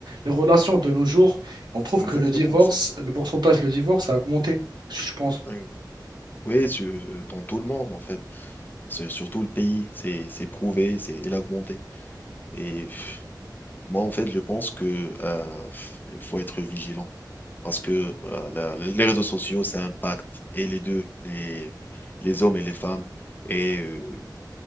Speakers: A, on the right; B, on the left.
A: les relations de nos jours. On trouve
B: exactement.
A: que le divorce,
B: C'est
A: le pourcentage de divorce a augmenté, je pense.
B: ouais, Oui, sur- euh, dans tout le monde, en fait. Sur, sur tout le pays, c'est c'est prouvé, c'est augmenté. Et pff, moi, en fait, je pense que euh, pff, il faut être vigilant. parce que euh, la- les réseaux sociaux, ça impacte et les deux, les, les hommes et les femmes. Et euh,